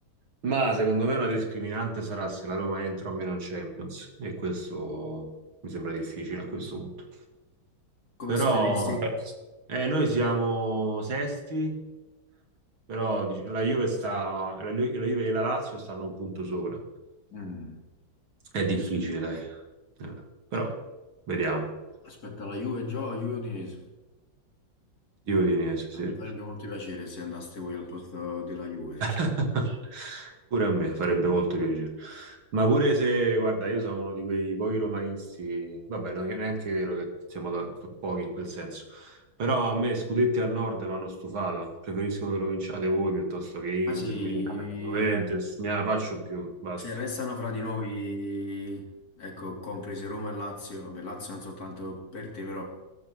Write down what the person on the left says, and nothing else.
Come
state messi?
Mm.
Aspetta, la Juve gioca, Juve Udinese.
Ah, mi farebbe molto piacere se andaste voi al posto della Juve, sinceramente.
Ah sì,
se restano fra di noi, ecco, comprese Roma e Lazio, vabbè, Lazio non soltanto per te, però